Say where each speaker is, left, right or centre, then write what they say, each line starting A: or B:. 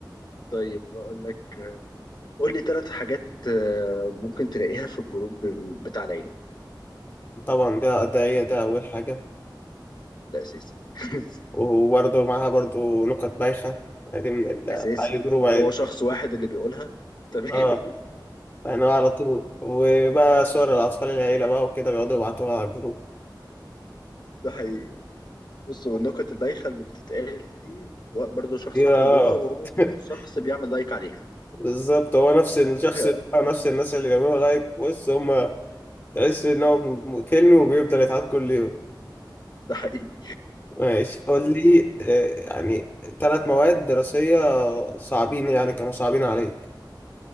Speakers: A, on the left (about 65°); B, on the left (about 25°).
A: طيب بقول لك قول لي ثلاث حاجات آه، ممكن تلاقيها في الجروب بتاع العيلة
B: طبعا ده ده هي ده اول حاجه
A: ده أساسي <laughs>
B: وبرضه معاها برضه نكت بايخه دي من ال بتاع
A: أساسي
B: جروب
A: وهو
B: عيله
A: شخص واحد اللي بيقولها تمام
B: اه يعني هو على طول وبقى صور الأطفال العيلة بقى وكده بيقعدوا يبعتوها على الجروب
A: <laughs> ده حقيقي بص والنكت البايخة اللي بتتقال دي برضه شخص
B: دي بقى-
A: واحد اللي بيقولها وهو
B: <laughs>
A: نفس الشخص بيعمل لايك عليها
B: بالظبط هو نفس الشخص
A: <laughs>
B: بقى نفس الناس اللي بيعملوا لايك بص هما تحس إن هو م- فيلم وبيفضل يتعاد كل يوم
A: ده حقيقي
B: ماشي قول
A: طيب
B: لي آه، يعني ثلاث مواد دراسية صعبين يعني كانوا صعبين عليك